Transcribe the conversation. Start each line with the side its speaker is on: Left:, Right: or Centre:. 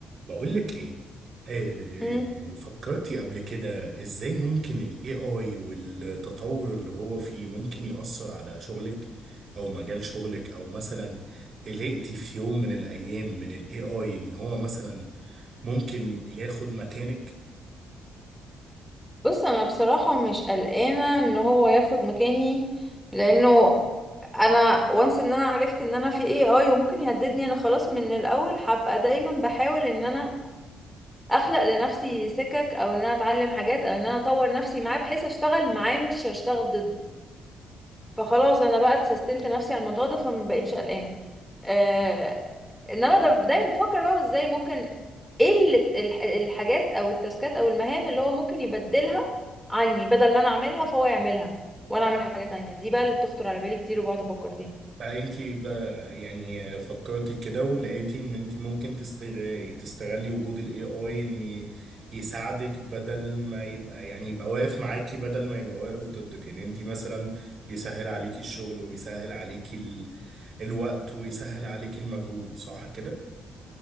Right: بقول لك ايه آه،
Centre: مم.
Right: فكرتي قبل كده ازاي ممكن ال AI والتطور اللي هو فيه ممكن يأثر على شغلك او مجال شغلك او مثلا قلقتي في يوم من الايام من ال AI ان هو مثلا ممكن ياخد مكانك
Centre: بص انا بصراحة مش قلقانة ان هو ياخد مكاني لانه انا وانس ان انا عرفت ان انا في اي اي وممكن يهددني انا خلاص من الاول هبقى دايما بحاول ان انا اخلق لنفسي سكك او ان انا اتعلم حاجات او ان انا اطور نفسي معاه بحيث اشتغل معاه مش اشتغل ضده فخلاص انا بقى سستمت نفسي على الموضوع ده فما بقتش قلقانة آه انما ده دايما بفكر بقى هو ازاي ممكن ايه اللي- الح- الحاجات او التاسكات او المهام اللي هو ممكن يبدلها عني بدل ما انا اعملها فهو يعملها وانا اعمل حاجة تانية دي بقى اللي بتخطر على بالي كتير وبقعد افكر فيها
Right: عائلتي بقى يعني فكرتي كده ولقيتي ان انت ممكن تستغ- تستغلي وجود الاي اي ان يساعدك بدل ما يبقى يعني يبقى واقف معاكي بدل ما يبقى واقف ضدك ان انت مثلا يسهل عليكي الشغل ويسهل عليكي ال... الوقت ويسهل عليكي المجهود صح كده؟